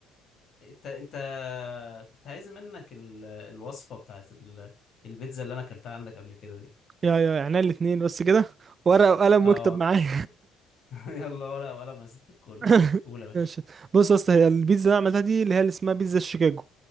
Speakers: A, on the left (about 50°); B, on the right (about 40°).
A: انت انت كنت عايز منك ال- الوصفه بتاعت ال- البيتزا اللي انا اكلتها عندك قبل كده دي
B: يا يا يعني الاتنين بس كده ورقه وقلم
A: اه
B: واكتب معايا
A: <laughs> يلا ولا ولا ما ست الكل
B: <laughs>
A: قول يا باشا
B: ماشي بص يا اسطى هي البيتزا اللي أنا عملتها دي اللي هي اللي اسمها بيتزا شيكاجو